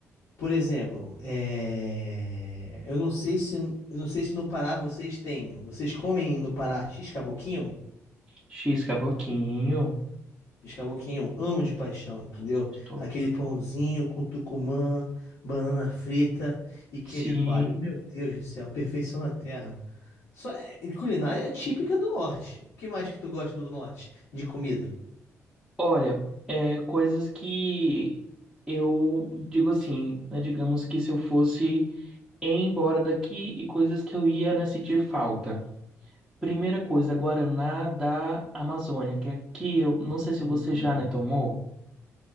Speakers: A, on the left; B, in the centre.
A: Por exemplo, é, eu não sei se eu não sei se no Pará vocês têm. Vocês comem no Pará x-caboquinho?
B: X caboquinho,
A: X-caboquinho, eu amo de paixão, entendeu?
B: gostoso.
A: Aquele pãozinho com tucumã, banana frita e queijo
B: Sim.
A: coalho. Meu Deus do céu, perfeição na terra. Só é- culinária é típica do norte. O que mais que tu gosta do norte de comida?
B: Olha, é, coisas que eu digo assim, né, digamos que se eu fosse ir embora daqui e coisas que eu ia, né, sentir falta. Primeira coisa, Guaraná da Amazônia, que aqui eu não sei se
A: Hum,
B: você já, né, tomou.